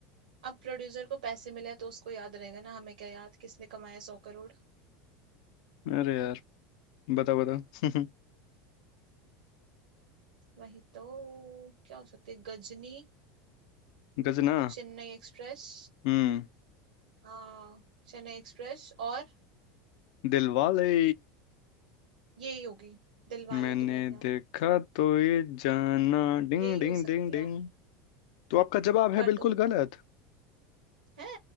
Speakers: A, on the right (about 75°); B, on the left (about 65°).
A: अब प्रोड्यूसर को पैसे मिले हैं तो उसको याद रहेगा ना हमें क्या याद किसने कमाया सौ करोड़
B: अरे यार बताओ बताओ <laughs>
A: वही तो क्या हो सकती है गजनी
B: गजना
A: चेन्नई एक्सप्रेस
B: हम्म
A: हाँ चेन्नई एक्सप्रेस और
B: दिलवाले
A: यही होगी दिलवाले
B: मैंने
A: दुल्हनिया
B: देखा तो ये जाना डिंग
A: यही
B: डिंग
A: हो सकती
B: डिंग डिंग
A: है
B: तो आपका जवाब है
A: कर
B: बिल्कुल
A: दो
B: गलत
A: है